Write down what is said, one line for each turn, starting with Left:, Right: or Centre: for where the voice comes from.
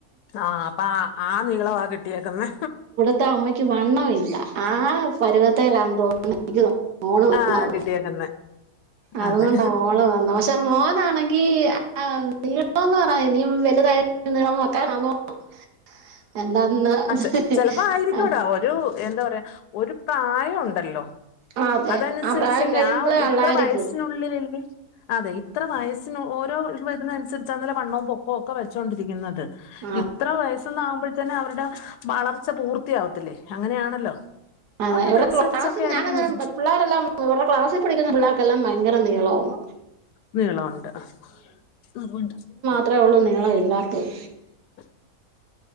Left: ആഹ് അപ്പൊ അ ആ നീളവാ കിട്ടിയേക്കുന്നെ
Right: ത്തെ അമ്മയ്ക്ക് വണ്ണമില്ല ആ പരുവത്തേലാൻ തോ <unintelligible>
Left: ആഹ് കിട്ടിയേക്കുന്നെ
Right: അത്
Left: അതെ
Right: കൊണ്ടാ മോള് വന്നു പക്ഷെ - മോനാണെങ്കി <unintelligible> ഇനിയും വലുതായിട്ട് നീളം വെക്കാനൊന്നും - എന്നാ അന്ന് <unintelligible>
Left: അ ചെലപ്പോ ആയിരിക്കൂടാ
Right: ആഹ്
Left: ഒരു എന്താ പറയാ ഒരു പ്രായം ഉണ്ടല്ലോ
Right: ആ അതെ
Left: അതനുസരിച്ചല്ലേ
Right: ആ പ്രായം കഴിയുമ്പോഴേ
Left: ആ ഇത്ര
Right: ഉള്ളായിരിക്കും
Left: വയസ്സിനുള്ളിലല്ലേ അതെ ഇത്ര വയസ്- ത്തിന് ഓരോ വരുന്നനുസരിച്ച ന്നലെ വണ്ണവും പൊക്കാം ഒക്കെ വെച്ചൊണ്ടിരിക്കുന്നത്.
Right: ആ
Left: ഇത്ര വയസ് ആകുമ്പഴ്ത്തന്നെ അവരുടെ വളർച്ച പൂർത്തിയാവത്തില്ലേ, അങ്ങനെയാണല്ലോ. അപ്പൊ
Right: അതെ
Left: അതനുസരിച്ചൊക്കെ
Right: ഇവര്ടെ ക്ലാസ്സിൽ
Left: ആയിരിക്കും
Right: ഞാനന്നരം
Left: വരുന്നത്
Right: പിള്ളേരെല്ലാം ഇവരുടെ ക്ലാസ്സിൽ പഠിക്കുന്ന പിള്ളേർക്കെല്ലാം ഭയങ്കര നീള വാന്ന്
Left: നീളവ്ണ്ട് <unintelligible>
Right: അത്രയ ഉള്ളൂ നീളം ഇല്ലാത്തത്.
Left: <inaudible>